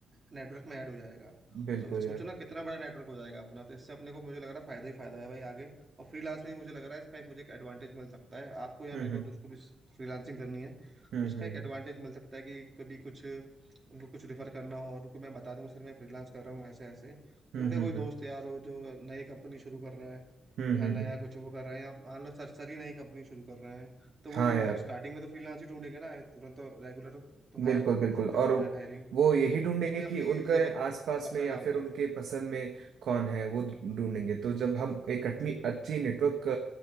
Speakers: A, on the right (about 30°); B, on the right (about 80°).
A: नेटवर्क में ऐड हो जाएगा
B: बिल्कुल
A: तो सोचो
B: यार
A: ना कितना बड़ा नेटवर्क हो जाएगा अपना तो इससे अपने को मुझे लग रहा है फायदा ही फायदा है भाई आगे और फ्रीलांस में भी मुझे लग रहा है इसका एक मुझे एक एडवांटेज मिल सकता है आपको या
B: हम्म
A: मेरे को जिसको भी फ्रीलांसिंग करनी है
B: हम्म
A: तो इसका
B: हम्म
A: एक एडवांटेज मिल सकता है कि कभी कुछ उनको कुछ रिफर करना हो और उनको मैं बता दूंगा सर मैं फ्रीलांस कर रहा हूँ ऐसे ऐसे तो
B: हम्म
A: उनका
B: हम्म
A: कोई
B: हम्म हम्म,
A: दोस्त यार हो जो नई कंपनी शुरू कर रहा है
B: हम्म,
A: या
B: हम्म।
A: नया
B: हम्म, हम्म।
A: कुछ वो कर रहे हैं आप मान लो सर सर ही नई कंपनी शुरू कर रहे हैं तो वो
B: हाँ यार
A: स्टार्टिंग में तो फ्रीलांस ही ढूंढेंगे ना तुरंत तो रेगुलर तो हायर
B: बिल्कुल
A: कर
B: बिल्कुल
A: नहीं सकते
B: और
A: परमानेंट हायरिंग
B: वो यही ढूंढेंगे
A: तो उसमें
B: कि
A: अपनी
B: उनके
A: जरूरत
B: आसपास
A: का- अपना
B: में या
A: काम
B: फिर
A: हो जाएगा
B: उनके पसंद में कौन है वो ढूंढेंगे तो जब हम
A: हम्म
B: एक अटनी अच्छी नेटवर्क